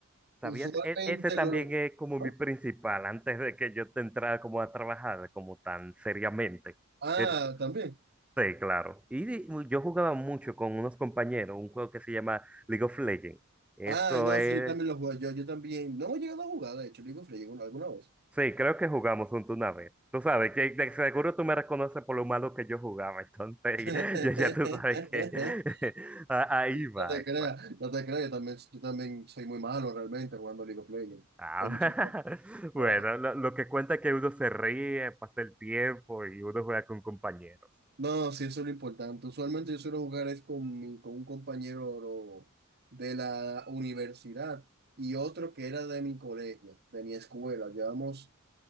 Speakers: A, in the centre; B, on the right.
A: ¿Sabías?
B: Usualmente
A: E- ese también
B: lo...
A: es como
B: ¿Ah?
A: mi principal antes de que yo te entrara como a trabajar como tan seriamente.
B: Ah,
A: El-
B: también.
A: Sí, claro. Y di- yo jugaba mucho con unos compañeros, un juego que se llama League of Legends. Eso
B: Ah, no,
A: es
B: sí, yo también lo jugué, yo, yo también, no he llegado a jugar, de hecho, League of Legends una- alguna vez.
A: Sí, creo que jugamos juntos una vez. Tú sabes que de seguro tú me reconoces por lo malo que yo jugaba, entonces
B: <laughs>
A: <laughs> ya, ya tú sabes que <laughs> a- ahí va
B: No te
A: eso.
B: creas, no te creas, yo también, yo también soy muy malo realmente jugando League of Legends.
A: Ah,
B: En
A: <laughs>
B: chica, no.
A: bueno, lo, lo que cuenta es que uno se ríe, pasa el tiempo y uno juega con compañeros.
B: No, sí, eso es lo importante. Usualmente yo suelo jugar es con, mi- con un compañero lo- de la universidad y otro que era de mi colegio, de mi escuela. Llevamos